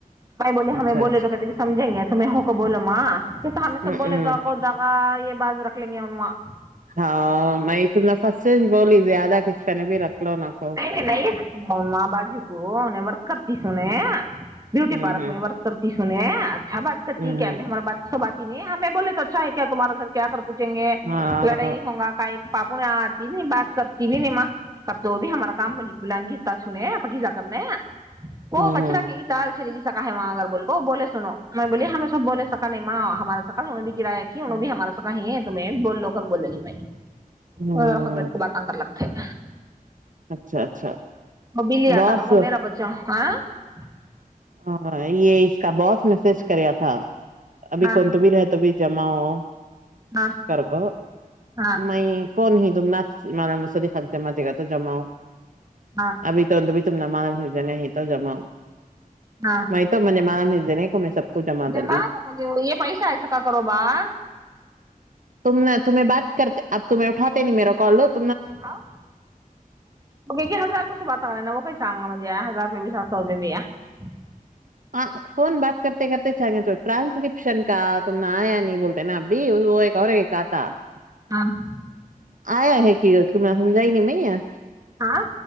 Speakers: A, on the right; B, on the right.
A: بائی بولے
B: اچھا
A: ہمیں بولے
B: اچھا
A: تو پت <unintelligible> سمھیں گے تمہیں ہووں کو بولو ماں پ تو ہمیں سب
B: ہوں
A: بولے
B: ہوں
A: تو کوگا یہ باز رکھ لیںے انا <unintelligible>
B: ہاں میں ت نے فس سے بولی زیادہ کسک نے بھی رکھ <unintelligible>
A: نہیں
B: کو
A: نہیں نہیں بازو کو وکرتی سوںنے
B: ہوں
A: بوٹی
B: ہوں
A: پارک میں وور کررتی سوں ن <unintelligible> ا بات
B: ہوں
A: کرتی ہے کیا اب ہمار بات س بات <unintelligible> ہمیں بول تو اچھا ہے کیا تمہارا گھر کیا کرچ گے
B: ہاں
A: لڑائی ہوں گا کا پاپو نے آتی نہیں بات کرتی بھی نہیں ماں ک تو <unintelligible> اب ہمارا کام مل بلن گیتا سنے پقجا کرنے وہ
B: ہوں
A: کچرا کی گ دال چلے گی سا ہے وہاں اگر بول کو بولے سنو میں بولی ہمیں سب بولے سکا نہیں ماں ہمارے س انہوں بھی کرایہ کیھی انہوں بھی ہمارا س کہیں ہے تمہیں ب لو کر بول لگی <unintelligible>
B: ہوں
A: اور خ گٹ کو باتان کر لگتے ہیں <unintelligible>
B: اچھا اچھا
A: وہ بلی
B: بس
A: آتا کر کو میرا بچہ ہاں <unintelligible>
B: ہاں یہ اس کا باس میسج کریا تھا ابھی
A: ہاں
B: کون تو بھی رہ تو بھی <unintelligible> جما ہو <unintelligible>
A: ہاں
B: کرک
A: ہاں
B: میں <unintelligible> کون ہی ت نہ مارا مسدی خانتے ماتے کا تو جمؤ <unintelligible>
A: ہاں
B: ابھی تو تو بھی <unintelligible> تم نہ مانم جنے نہیں تو جماؤ <unintelligible>
A: ہاں
B: میں تو میں نے مالا بھیجنے کو میں سب کو جمع
A: جم
B: ڈلی
A: گ مے یہ پیس ہےسا کا کرو با <unintelligible>
B: تم نے تمہیں بات کرتے اب تمہیں اھاتے نہیں میرا کالوگ <unintelligible>
A: ہاں وہے ہزاروپی سے بات کرے نا وہ کہ ساہ گا م <unintelligible> ہزار روپئے بھی سات سو روپئے بھییا <unintelligible>
B: ہاں فون بات کرتے کرتے چھے ٹرانسکرپشن کا تم نہ آیا نہیں بولتے نا اب بھی وہ ایک اور ایک آتا <unintelligible>
A: ہاں <unintelligible>
B: آیا ہے کہ جائ نہیں میں <unintelligible>
A: ہاں